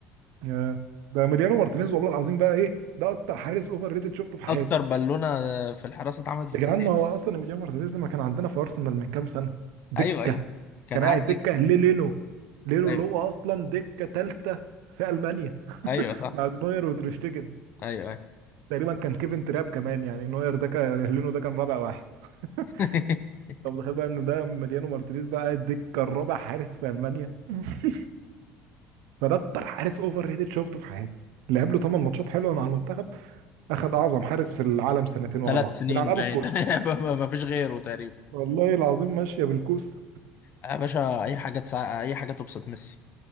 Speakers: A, on the right; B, on the left.
A: يا ده ماريانو مارتينيز والله العظيم بقى ايه ده اكتر حارس اوفر ريتد شفته في حياتي
B: اكتر بالونه في الحراسه اتعملت في
A: يا
B: التاريخ
A: جدعان ما هو اصلا ماريانو مارتينيز لما كان عندنا في ارسنال من كام سنه دكه
B: ايوه ايوه كان
A: كان
B: عندك
A: قاعد دكه للينو لينو
B: ايوه
A: اللي هو اصلا دكه ثالثه في المانيا
B: ايوه صح
A: مع نوير وتريشتيجن
B: ايوه ايوه
A: تقريبا كان كيفن تراب كمان يعني نوير ده كان لينو ده كان رابع واحد <laughs>
B: <laughs>
A: طب تخيل بقى ان ده ماريانو مارتينيز ده قاعد دكه الرابع حارس في المانيا <laughs> فده اكتر حارس اوفر ريتد شفته في حياتي لعب له 8 ماتشات حلوه مع المنتخب اخد اعظم حارس في العالم سنتين ورا
B: ثلاث
A: بعض
B: سنين
A: يلعن ابو
B: باين
A: الكوسه
B: <laughs> ما فيش غيره تقريبا
A: والله العظيم ماشيه بالكوسه
B: يا باشا اي حاجه تسع... اي حاجه تبسط ميسي